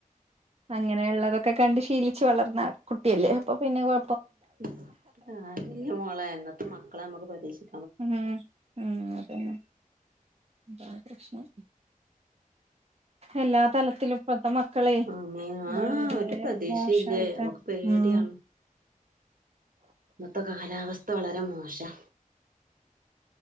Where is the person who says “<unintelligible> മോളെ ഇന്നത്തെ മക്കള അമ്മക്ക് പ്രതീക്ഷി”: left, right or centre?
Right